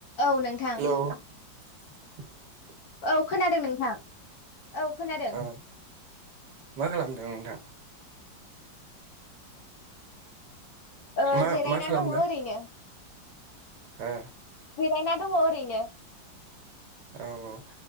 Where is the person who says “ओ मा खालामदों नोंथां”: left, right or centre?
Right